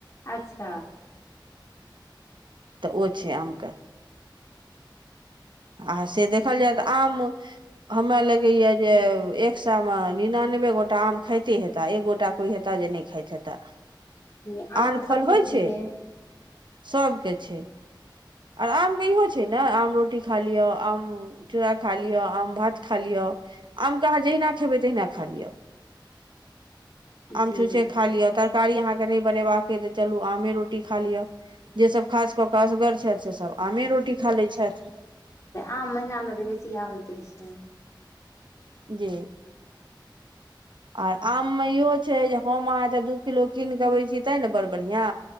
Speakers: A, on the left (about 40°); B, on the right (about 70°).
A: अच्छा
B: तऽ ओ छै आमके आ से देखल जाय तऽ आम हमरा लगैया जे एक सावा मे निनानबे गोटा आम खाइते हेता एक गोटा कोई हेता जे नहि खाइत हेता
A: ज आम
B: आन
A: तऽ
B: फल
A: सबके
B: होइ
A: प्रिय
B: छै
A: है
B: सभके छै आर आम के इहो छै ने आम रोटी खा लिअ आम चूड़ा खालिअ आम भात खा लिअ आमके अहाँ जहिना खेबै तहिना खा लिअ आम
A: जी
B: छुच्छे खा लिअ तरकारी अहाँ केँ नहि बनेबाक अइ तऽ चलू आमे रोटी खा लिअ जेसभ खास कऽ कऽ असगर छथि सेसभ आमे रोटी खा लैत छथि
A: आम महिनामे तऽ बेसी इहै होयते छै
B: जी आ आम मे इहो छै हम अहाँ त दू किलो कीन के अबै छीयै ते ने बड़ बढ़ियां